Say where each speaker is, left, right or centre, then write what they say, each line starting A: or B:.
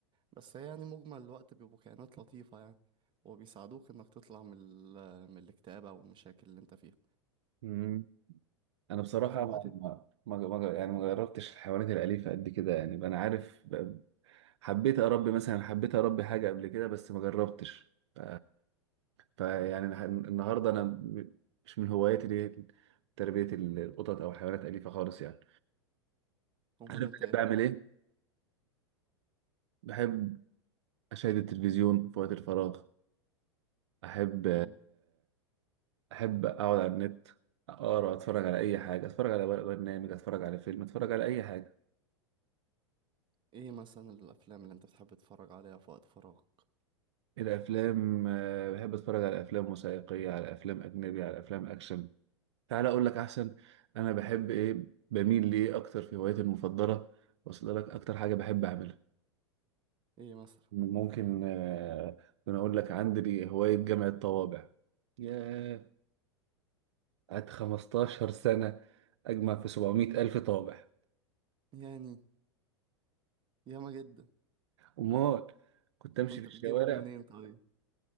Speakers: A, on the right; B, on the right.
A: بس هي يعني مجمل الوقت بيبقوا كائنات لطيفة يعني وبيساعدوك انك تطلع من ال... من الاكتئاب او المشاكل اللي انت فيها
B: مم. انا بصراحة
A: في الوقت
B: ما ما ما- ما- يعني ما جربتش الحيوانات الأليفة قد كده يعني انا عارف ب- حبيت اربي مثلا حبيت اربي حاجة قبل كده بس ما جربتش ف... ف يعني الح- النهاردة انا م- مش من هواياتي دي تربية ال- القطط او حيوانات أليفة خالص يعني
A: امال
B: انا
A: انت
B: بحب
A: ايه هو
B: اعمل ايه؟ بحب اشاهد التلفزيون في وقت الفراغ احب
A: مم.
B: احب اقعد على النت اقرا اتفرج على اي حاجه اتفرج على برنامج اتفرج على فيلم اتفرج على اي حاجه
A: ايه مثلا الافلام اللي انت بتحب تتفرج عليها في وقت فراغك
B: الافلام آه، بحب اتفرج على افلام وثائقيه على افلام اجنبي على افلام اكشن تعال اقول لك احسن انا بحب ايه بميل ليه اكتر في هوايتي المفضله واصل لك اكتر حاجه بحب اعملها
A: ايه مثلا
B: ممكن آه، انا اقول لك عندي هوايه جمع الطوابع ياه قعدت 15 سنه اجمع في 700 الف طابع
A: يعني ياما جدا
B: امال كنت امشي
A: كنت
B: في الشوارع
A: بتجيبهم منين طيب